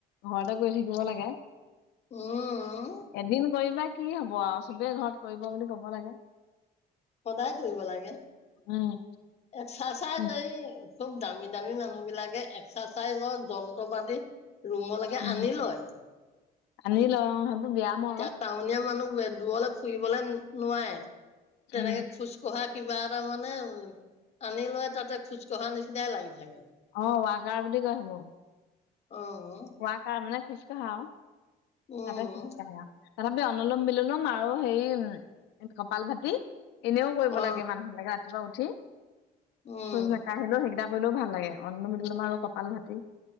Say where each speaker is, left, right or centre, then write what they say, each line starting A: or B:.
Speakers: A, on the left; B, on the left.
A: ঘৰতে কৰি থাকিব লাগে।
B: উম
A: এদিন কৰিলে কি হ'ব আৰু চবে ঘৰত কৰিব বুলি কব লাগে।
B: সদায় কৰিব লাগে।
A: উম,
B: এক্সাৰচাইজ
A: উম
B: এই খুব দামী-দামী মানুহ বিলাকে, এক্সাৰচাইজৰ যন্ত্ৰ পাতি ৰুমলৈকে
A: উম
B: আনি লয়।
A: আনি লয়, অ, সেইবোৰ আৰু
B: এতিয়া টাউনীয়া মানুহ দূৰলৈ ফুৰিবলে নোৱাৰে,
A: উম
B: তেনেকে খোজ় খোজ কঢ়া কিবা এটা মানে উ, আনি লৈ তাতে খোজকঢ়া নিচিনাই লাগি থাকে।
A: অ, ৱাকাৰ বুলি কয় সেইবোৰ।
B: অ, অ,
A: ৱাকাৰ মানে খোজ কঢ়া আৰু তাতে
B: উম
A: খোজ কাঢ়ে আৰু। তথাপি অনলোম, বিলোলোম আৰু হেৰি কপাল ভতি এনেও কৰিব
B: অ
A: লাগে মানুহবিলাকে ৰাতিপুৱা উঠি,
B: উম
A: খোজ নেকাঢ়িলেও সেইকেইটা কৰিলেও ভাল লাগে, <inaudible> আৰু কপাল ভাতি,